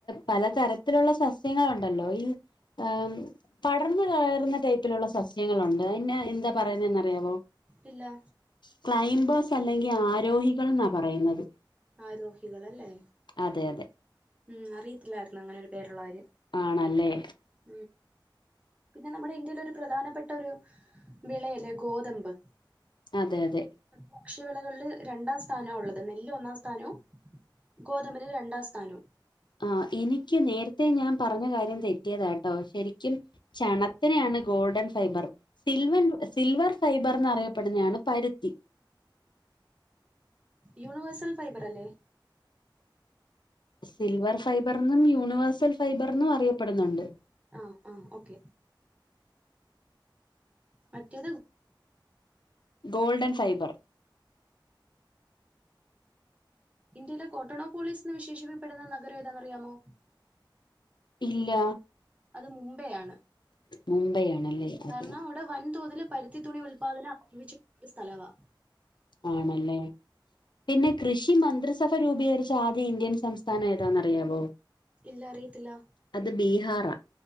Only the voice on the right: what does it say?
ഇല്ല.
ആരോഹികളല്ലേ?
ഉം അറിയത്തില്ലായിരുന്നു അങ്ങനെ ഒരു പേരുള്ള കാര്യം.
ളം. പിന്നെ നമ്മുടെ ഇന്ത്യയില ഒരു പ്രധാനപ്പെട്ട ഒരു വിളയല്ലെ ഗോതമ്പ്.
കാർഷിക വിളകളില് രണ്ടാം സ്ഥാനോ ഉള്ളത് നെല്ല് ഒന്നാം സ്ഥാനോം. ഗോതമ്പിന് രണ്ടാം സ്ഥാനം.
യൂണിവേഴ്സൽ ഫൈബർ അല്ലേ?
ആഹ് ആ ഓക്കെ മറ്റേത്.
ഇന്ത്യയിലെ കോട്ടോണോ പോളീസ്ന്ന് വിശേഷപ്പിക്കപ്പെടുന്ന നഗരം ഏതാണറിയാമോ?
അത് മുംബൈ ആണ്
കാരണം-
വൻതോതിൽ പരുത്തി തുണി ഉത്പാദം ആരംഭിച്ചിട്ടുള്ള ഒരു സ്ഥലവാ.
ഇല്ല അറിയത്തില്ല.